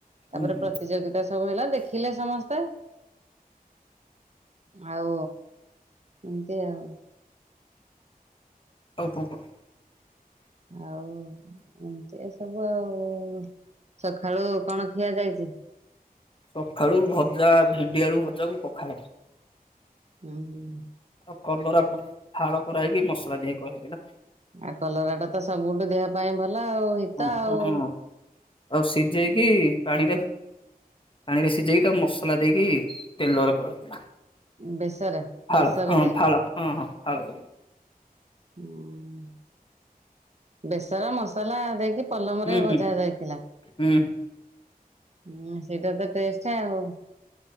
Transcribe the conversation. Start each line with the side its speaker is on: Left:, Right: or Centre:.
Right: ତାପରେ
Left: ଉଁ ହୁଁ
Right: ପ୍ରତିଯୋଗିତା ସବୁ ହେଲା, ଦେଖିଲେ ସମସ୍ତେ। ଆଉ, ଏମିତି ଆଉ।
Left: ଆଉ କଣ କହ?
Right: ଆଉ, ଏମତି ଏ ସବୁ ଆଉ। ସକାଳୁ କଣ ଖିଆ ଯାଇଚି?
Left: ସଖାଳୁ ଭଜା, ଭେଣ୍ଡି ଆଳୁ ଭଜା କୁ ପଖାଳ।
Right: ହୁଁ ହୁଁ ହୁଁ।
Left: ଆଉ କଲରା ଫାଳ କରାହେଇକି, ମସଲା ଦିଆ ହେଇକି କରାହେଇଥିଲା।
Right: ଆଉ କଲରା ଟା ତ, ସବୁଠୁ ଦେହ ପାଇଁ ଭଲ ଆଉ। ହିତ
Left: ଓ
Right: ଆଉ।
Left: ହ ହଁ, ଆଉ ସିଜେଇକି ପାଣିରେ ପାଣିରେ ସିଜେଇକି, ତାକୁ ମସଲା ଦେଇକି, ତେଲରେ କରା ହେଇଥିଲା।
Right: ବେସର
Left: ଫାଳ
Right: ବେସର
Left: ହଁ,
Right: ଦେଇକି
Left: ଫାଳ, ହଁ ହଁ, ଫାଳ କରିକି।
Right: ଉଁ ବେସର, ମସଲା ଦେଇକି, ପଲମରେ
Left: ହୁଁ ହୁଁ
Right: ଭଜା ଯାଇଥିଲା।
Left: ହୁଁ
Right: ହୁଁ, ସେଇଟା ତ ଟେଷ୍ଟ ଆଉ।